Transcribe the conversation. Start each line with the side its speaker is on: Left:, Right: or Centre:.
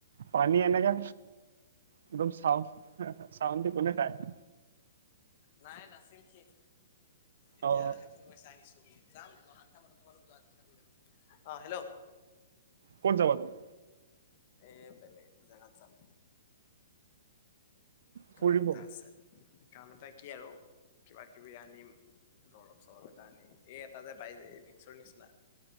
Right: পানী এনেকা, একদম চাউণ্ড। চাউন্ড দি কোনে খাই আছে?
Left: নাই নাছিল শেষ, এতিয়াহে
Right: অ
Left: ফোন কৰি চাই আহিছোঁ বুলি যাম ধৰ আঠটামানত। অ' হেল্ল'।
Right: ক'ত যাবা তুমি?
Left: এ, বেলেগ জেগাত যাম।
Right: ফুৰিব
Left: কাম এটা আছে। কাম এটা কি আৰু কিবা কিবি আনিম দৰৱ চল এটা আনিম। এই এটা যে পাই যে এই বিক্সৰ নিচিনা।